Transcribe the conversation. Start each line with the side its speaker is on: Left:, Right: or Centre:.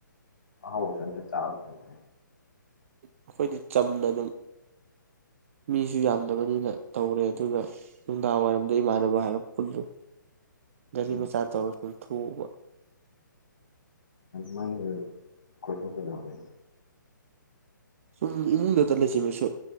Left: ꯑꯍꯥꯎꯕꯁꯨ ꯑꯝꯊ ꯆꯥꯕ ꯐꯪꯗꯦ
Right: ꯑꯩꯈꯣꯏꯗꯤ ꯆꯝꯅ ꯑꯗꯨꯝ ꯃꯤꯁꯨ ꯌꯥꯝꯗꯕꯅꯤꯅ ꯇꯧꯔꯦ ꯑꯗꯨꯒ ꯅꯨꯡꯗꯥꯡ ꯋꯥꯏꯔꯝꯗ ꯏꯃꯥꯟꯅꯕ ꯍꯥꯏꯔꯞ ꯄꯨꯟꯂ ꯒꯥꯔꯤ
Left: ꯎꯝ
Right: ꯃꯆꯥ ꯇꯧꯔꯒ ꯆꯨꯝꯊꯣꯛꯕ
Left: ꯃꯅꯤ ꯀꯣꯏꯊꯣꯛ ꯀꯗꯕꯅꯦ
Right: ꯁꯨꯝ ꯏꯃꯨꯡꯗꯇ ꯂꯩꯁꯤꯃꯁꯨ